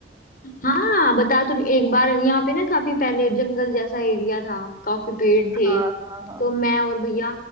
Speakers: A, on the left; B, on the right.
A: हाँ बता तो रही- एक बार यहाँ पे ना काफी पहले जंगल जैसा एरिया था काफी पेड़
B: हाँ
A: थे
B: हाँ हाँ
A: तो मैं और भैया